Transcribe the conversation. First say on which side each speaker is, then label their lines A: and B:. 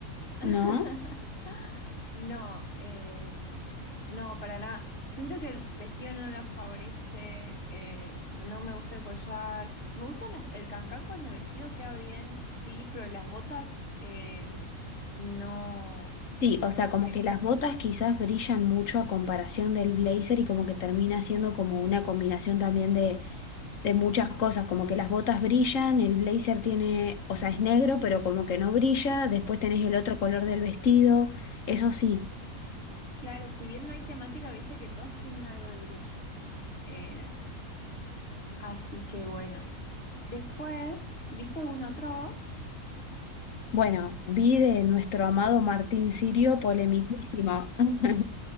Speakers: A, on the left (about 45°); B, on the left (about 65°).
A: <laughs>
B: ¿no?
A: No, eh, no, para nada. Siento que el vestido no la favorece, eh, no me gusta el collar. Me gusta el cancán con el vestido, queda bien, eso sí, pero las botas eh, n- no,
B: Sí, o
A: no
B: sea,
A: sé.
B: como que las botas quizás brillan mucho a comparación del blazer y como que termina siendo como una combinación también de, de muchas cosas, como que las botas brillan, el blazer tiene, o sea, es negro, pero como que no brilla, después tenés el otro color del vestido, eso sí.
A: Claro, si bien no hay temática, viste que todos tienen algo de brillo. Eh, así que bueno. Después, ¿viste algún otro vos?
B: Bueno, vi de nuestro amado Martín Sirio polemiquísimo. <laughs>